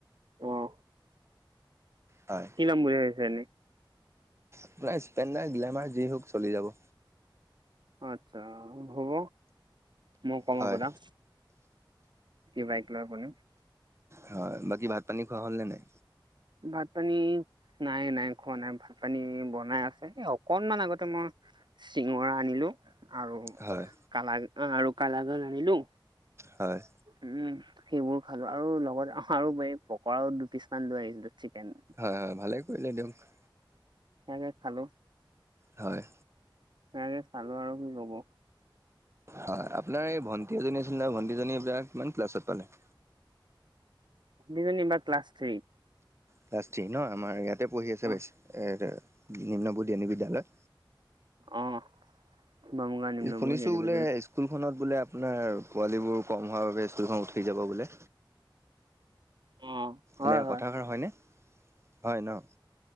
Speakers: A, on the right (about 65°); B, on the right (about 30°).
A: অ'হ
B: হয়।
A: কি লম বুলি ভাবিছে এনেই?
B: আপোনাৰ স্প্লেণ্ডাৰ, গ্লেমাৰ যি হওক চলি যাব।
A: অ, আচ্ছা হ'ব মই কম
B: হয়।
A: আপোনাক। কি বাইক লয় আপুনি?
B: হয়, বাকী ভাত-পানী খোৱা হ'ল নে নাই?
A: ভাত-পানী নাই নাই খোৱা নাই, ভাত-পানী বনাই আছে। এ অকনমান আগতে মই চিঙৰা আনিলো আৰু
B: হয়
A: কালাগান আৰু কালাগান আনিলো।
B: হয়।
A: উম সেইবোৰ খালো আৰু লগত আৰু এই পকৰাও দুপিচমান লৈ আহিছিলো চিকেন।
B: এ ভালে কৰিলে দিয়ক।
A: তাকে খালো।
B: হয়
A: তাকে খালো আৰু কি ক'ব।
B: হয়। আপোনাৰ এই ভণ্টি এজনী আছিল নহয়, ভণ্টিজনী এইবাৰ কিমান ক্লাছত পালে?
A: ভন্টীজনী এইবাৰ ক্লাছ থ্ৰী।
B: ক্লাছ থ্ৰী ন', আমাৰ ইয়াতে পঢ়ি আছে
A: অ
B: বেছ নিম্ন বুনিয়াদী বিদ্যালয়।
A: অ'হ, <unintelligible>
B: শুনিছো বোলে স্কুলখনত বোলে আপোনাৰ পোৱালীবোৰ কম হোৱাৰ বাবে স্কুলখন উঠি যাব বোলে।
A: অ' হয়
B: এনেই
A: হয়
B: কথাষাৰ হয়নে? হয় ন'?